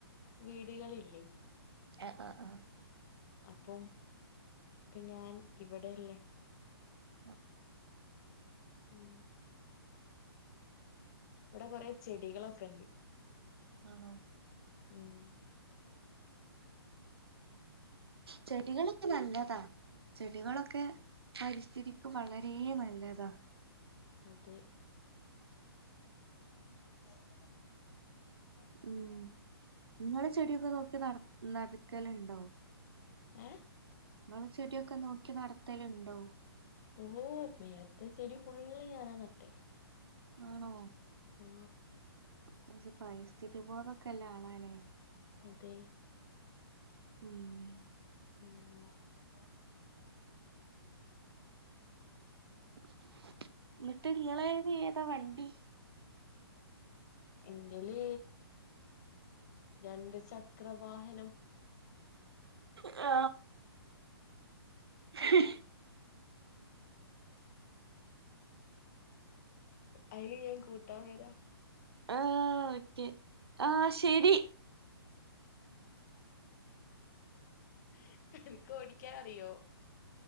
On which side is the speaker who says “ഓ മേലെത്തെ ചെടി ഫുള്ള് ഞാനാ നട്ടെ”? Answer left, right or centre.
Left